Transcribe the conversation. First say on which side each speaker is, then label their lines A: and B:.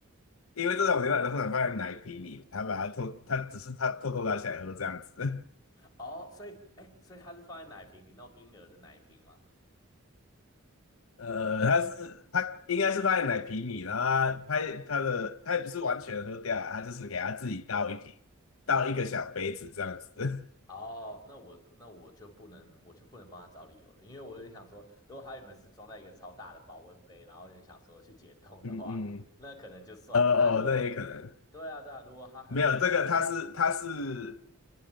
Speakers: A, on the left; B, on the left.
A: 因为这种牛奶都通常放在奶瓶里，他把它偷，他只是他偷偷拿起来喝这样子。
B: 哦，所以，哎，所以它是放在奶瓶里，那种婴儿的奶瓶吗？
A: <laughs> 呃，他是他应该是放在奶瓶里，然后他他的他也不是完全喝掉啊他就是给他自己倒一瓶，倒一个小杯子这样子。
B: 哦，那我那我就不能，我就不能帮他找理由了，因为我就想说，如果他原本是装在一个超大的保温杯，然后就想说去解冻的话，
A: <laughs> 嗯嗯，
B: 那可能就算了。
A: 哦哦，
B: 但如果，
A: 那也可能
B: 对啊，对啊，如果他很明显，
A: 没有这个，他是他是